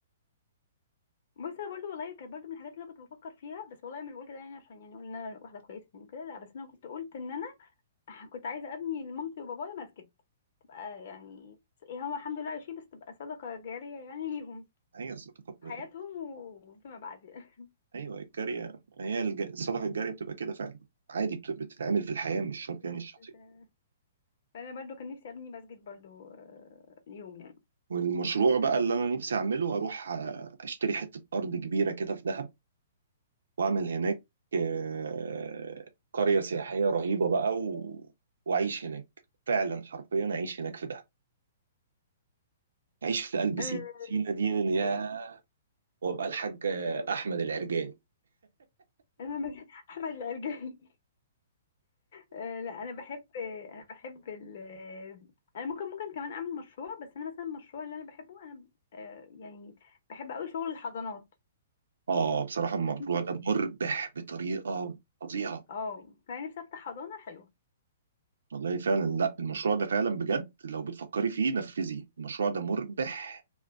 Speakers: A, on the left; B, on the right.
A: بص انا برضو والله كانت برضو من الحاجات اللي انا كنت بفكر فيها بس والله مش بقول كده يعني عشان يعني اقول ان انا واحدة كويسة يعني كده لا بس انا كنت قلت ان انا <laughs> كنت عايزة ابني لمامتي وبابايا مسجد تبقى يعني هم الحمد لله عايشين بس تبقى صدقة جارية يعني ليهم
B: هي الصدقة
A: في
B: ب...
A: حياتهم وفيما بعد يعني.
B: أيوه الجارية هي الج... الصدقة الجارية بتبقى كده فعلا عادي بت... بتتعمل في الحياة مش شرط
A: تمام.
B: يعني الشخصية
A: فانا برضو كان نفسي ابني مسجد برضو آه، يوم يعني
B: والمشروع بقى اللي أنا نفسي أعمله أروح آه، أشتري حتة أرض كبيرة كده في دهب وأعمل هناك آه، قرية سياحية رهيبة بقى و... وأعيش هناك فعلا حرفيا أعيش هناك في دهب عيش في قلب
A: آه،
B: سينا سينا دي من يا
A: حلو.
B: وابقى الحاج احمد العرجاني
A: انا مس- <laughs> احمد العرجاني آه، لا انا بحب انا بحب ال انا ممكن ممكن كمان اعمل مشروع بس انا مثلا المشروع اللي انا بحبه انا آه، يعني بحب قوي شغل الحضانات
B: اه بصراحة المشروع
A: <laughs>
B: ده مربح بطريقة فظيعة
A: اه فانا نفسي افتح حضانه حلوه
B: والله فعلا لا المشروع ده فعلا بجد لو بتفكري فيه نفذي المشروع ده مربح